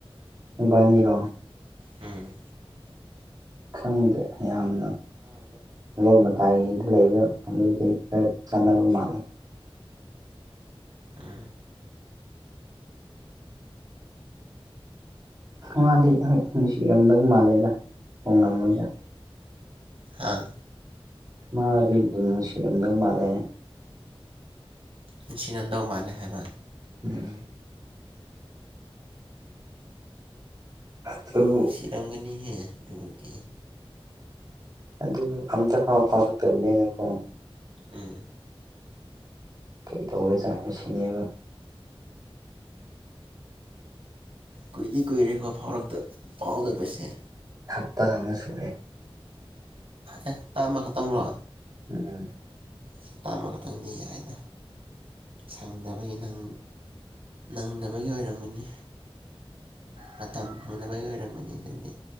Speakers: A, on the right; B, on the right.
A: ꯕꯥꯅꯤꯔꯣ
B: ꯎꯝ
A: ꯈꯪꯗꯦ ꯌꯥꯝꯅ ꯂꯣꯛ ꯃꯇꯥꯏꯗ ꯂꯩꯕ ꯑꯗꯨꯗꯤ ꯈꯔ ꯆꯥꯟꯅꯕ ꯃꯥꯜꯂꯦ
B: ꯎ
A: ꯃꯥꯗꯤ ꯍꯣꯏ ꯅꯨꯡꯁꯤꯔꯝꯗꯧ ꯃꯥꯜꯂꯦꯗ ꯈꯣꯡꯝꯃꯣꯏꯗ
B: ꯑꯥ
A: ꯃꯥꯗꯤ ꯑꯗꯨꯝ ꯅꯨꯡꯁꯤꯔꯝꯗꯧ ꯃꯥꯜꯂꯦ
B: ꯅꯨꯡꯁꯤꯅꯗꯧ ꯃꯥꯜꯂꯦ ꯍꯥꯏꯕ
A: ꯎꯝ ꯑꯗꯨꯕꯨ
B: ꯅꯨꯡ ꯁꯤꯔꯝꯒꯅꯤ ꯍꯦ ꯑꯗꯨꯕꯗꯤ
A: ꯑꯗꯨꯕꯨ ꯑꯝꯇ ꯐꯥꯎꯕ ꯐꯥꯎꯔꯛꯇꯕꯅꯤꯅꯀꯣ
B: ꯎꯝ
A: ꯀꯩꯗꯧꯔ ꯖꯥꯠꯅꯣ ꯁꯤꯅꯦꯕ
B: ꯀꯨꯏꯗꯤ ꯀꯨꯏꯔꯦꯀꯣ ꯐꯥꯎꯔꯛꯇ ꯐꯥꯎꯗꯕꯁꯦ
A: ꯍꯞꯇꯥ ꯑꯃ ꯁꯨꯔꯦ
B: ꯑꯦ ꯍꯞꯇꯥ ꯑꯃꯈꯛꯇꯪ ꯂꯣ
A: ꯎꯝ
B: ꯆꯇꯥꯝ ꯑꯃꯈꯛꯇꯪꯅꯤ ꯍꯥꯏꯅ ꯁꯪꯅꯕꯒꯤ ꯅꯪ ꯅꯪꯗꯕꯒꯤ ꯑꯣꯏꯔꯝꯒꯅꯤ ꯃꯇꯝ ꯐꯪꯗꯕꯒꯤ ꯑꯣꯏꯔꯝꯒꯅꯤ ꯑꯗꯨꯗꯤ